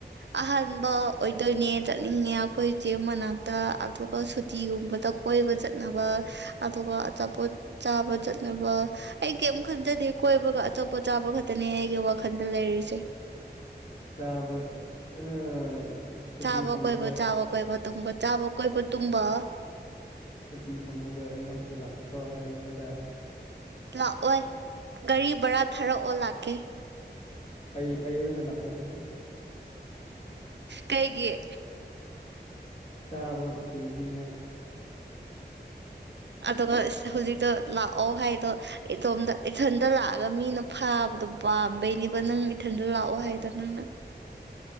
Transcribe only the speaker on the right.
ꯑꯍꯥꯟꯕ ꯑꯣꯏꯗꯣꯏꯅꯦ ꯆꯠꯅꯤꯡꯉꯦ ꯑꯩꯈꯣꯏ ꯏꯁꯦ ꯃꯅꯥꯛꯇ ꯑꯗꯨꯒ ꯁꯨꯇꯤꯒꯨꯝꯕ ꯇꯧ ꯀꯣꯏꯕ ꯆꯠꯅꯕ ꯑꯗꯨꯒ ꯑꯆꯥꯄꯣꯠ ꯆꯥꯕ ꯆꯠꯅꯕ ꯑꯩ ꯀꯩꯝ ꯈꯟꯖꯗꯦ ꯀꯣꯏꯕꯒ ꯑꯆꯣꯄ ꯑ ꯆꯥꯕ ꯈꯛꯇꯅꯦ ꯑꯩꯒꯤ ꯋꯥꯈꯜꯗ ꯂꯩꯔꯤꯁꯦ
ꯆꯥꯕ
ꯀꯣꯏꯕ ꯆꯥꯕ ꯀꯣꯏꯕ ꯇꯨꯝꯕ ꯆꯥꯕ ꯀꯣꯏꯕ ꯇꯨꯝꯕ
ꯂꯥꯛꯑꯣ ꯒꯥꯔꯤ ꯕꯔꯥ ꯊꯥꯔꯛꯑꯣ ꯂꯥꯛꯀꯦ
ꯀꯩꯒꯤꯌꯦ
ꯑꯗꯨꯒ ꯍꯧꯖꯤꯛꯇꯣ ꯂꯥꯛꯑꯣ ꯍꯥꯏꯗꯣ ꯏꯣꯝꯗ ꯏꯊꯟꯗ ꯂꯥꯛꯑꯒ ꯃꯤꯅ ꯐꯥꯕ ꯑꯗꯨꯝ ꯄꯥꯝꯕꯩꯅꯦꯕ ꯅꯪ ꯏꯊꯟꯗ ꯂꯥꯛꯑꯣ ꯍꯥꯏꯗ ꯅꯪꯅ